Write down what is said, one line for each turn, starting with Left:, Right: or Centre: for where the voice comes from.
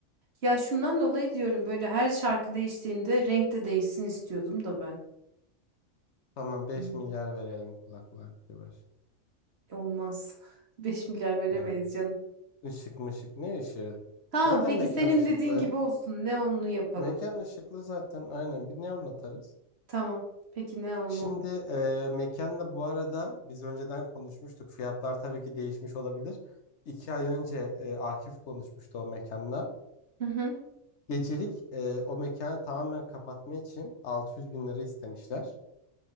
Right: Ya şundan dolayı diyorum böyle her şarkı değiştiğinde renk de değişsin istiyordum da ben.
Left: Tamam beş
Right: Hı.
Left: milyar verelim kulaklığa. Yavaş.
Right: Olmaz. <laughs> beş milyar veremeyiz
Left: Yani
Right: canım.
Left: ışık mışık ne ışığı?
Right: Tamam
Left: Zaten
Right: peki
Left: mekan
Right: senin
Left: ışıklı.
Right: dediğin gibi olsun. Neonlu yapalım.
Left: Mekan ışıklı zaten aynen bir neon atarız.
Right: Tamam. Peki neonlu.
Left: Şimdi e, mekanla bu arada biz önceden konuşmuştuk. Fiyatlar tabii ki değişmiş olabilir. İki ay önce e, Akif konuşmuştu o mekanla.
Right: Hı hı.
Left: Gecelik e, o mekanı tamamen kapatma için 600 bin lira istemişler.